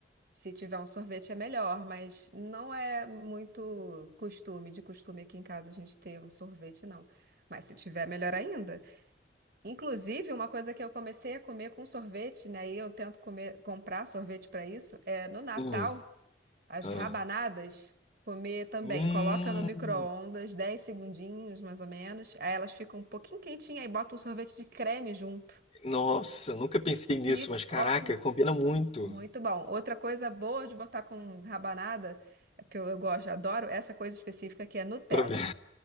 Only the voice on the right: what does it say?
Se tiver um sorvete é melhor, mas não é muito costume, de costume aqui em casa a gente ter um sorvete, não. Mas se tiver, melhor ainda. Inclusive, uma coisa que eu comecei a comer com sorvete, né? E eu tento comer, comprar sorvete para isso, é no Natal.
As
rabanadas, comer também.
Coloca no micro-ondas, 10 segundinhos, mais ou menos. Aí elas ficam um pouquinho quentinhas, aí bota um sorvete de creme junto.
E
olha,
muito bom. Outra coisa boa de botar com rabanada, é porque eu, eu gosto, adoro essa coisa específica que é Nutella.